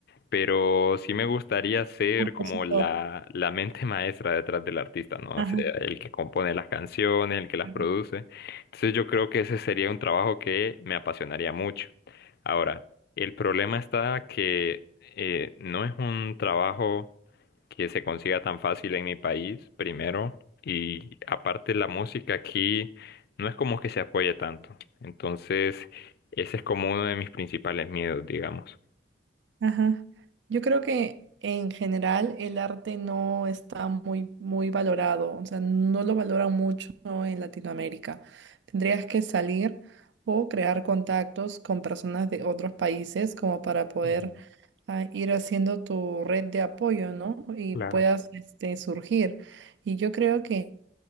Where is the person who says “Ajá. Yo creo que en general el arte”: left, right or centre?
Right